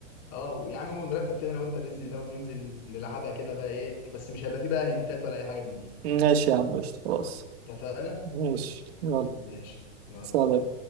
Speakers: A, on the left; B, on the right.
A: اه يا عم ونرتب كده انا وانت باذن الله وننزل نلعبها كده بقى ايه بس مش هيبقى فيه بقى هنتات ولا اي حاجه من دي
B: ماشي يا عم قشطة، خلاص
A: اتفقنا
B: ماشي يلا
A: ماشي يلا
B: سلام